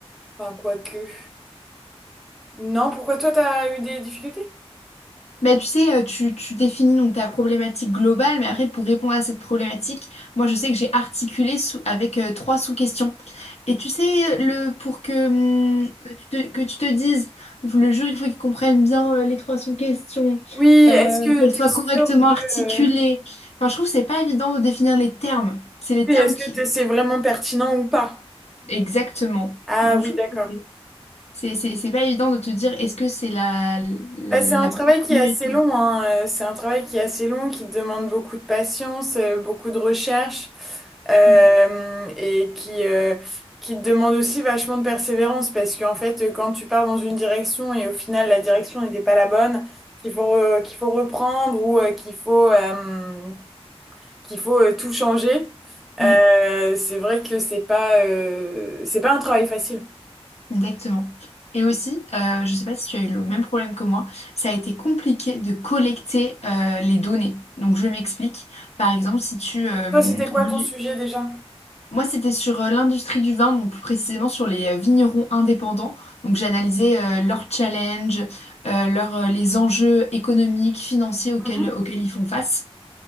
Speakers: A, in the centre; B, on the left.
A: Enfin, quoique. Non, pourquoi toi, t'as eu des difficultés?
B: Bah, tu sais, euh, tu, tu définis donc ta problématique globale, mais après, pour répondre à cette problématique, moi, je sais que j'ai articulé sous- avec euh, trois sous-questions. Et tu sais, le, pour que, hum, tu te, que tu te dises, le jury, il faut qu'il comprenne bien euh, les trois sous-questions,
A: Oui,
B: euh,
A: est-ce que
B: qu'elles
A: t'es
B: soient
A: sûr
B: correctement
A: de...
B: articulées.
A: euh,
B: Enfin, je trouve que c'est pas évident de définir les termes. C'est les
A: Oui,
B: termes
A: est-ce
B: qui...
A: que t'es- c'est vraiment pertinent ou pas?
B: Exactement.
A: Ah
B: Donc,
A: oui,
B: je trouve
A: d'accord.
B: que c'est c'est- c'est- c'est pas évident de te dire est-ce que c'est la, la,
A: Bah, c'est
B: la
A: un travail
B: bonne
A: qui
B: formulation.
A: est assez long, hein. euh, C'est un travail qui est assez long, qui demande beaucoup de patience, euh, beaucoup de recherche. euh,
B: Mm,
A: et qui, euh, qui te demande aussi vachement de persévérance parce qu'en fait, euh, quand tu pars dans une direction et au final la direction n'était pas la bonne, qu'il faut, re- qu'il faut reprendre ou euh, qu'il faut, euh, qu'il faut euh, tout changer, euh,
B: mm.
A: c'est vrai que c'est pas, euh, c'est pas un travail facile.
B: Exactement. Et aussi, euh, je ne sais pas si tu as eu le même problème que moi, ça a été compliqué de collecter euh, les données. Donc, je m'explique. Par exemple, si tu... euh,
A: Toi,
B: moi,
A: c'était quoi ton
B: j'ai-
A: sujet déjà?
B: moi, c'était sur euh, l'industrie du vin, donc plus précisément sur les euh, vignerons indépendants. Donc, j'analysais euh, leurs challenges, euh, leurs, euh, les enjeux économiques, financiers auxquels,
A: Mhm.
B: auxquels ils font face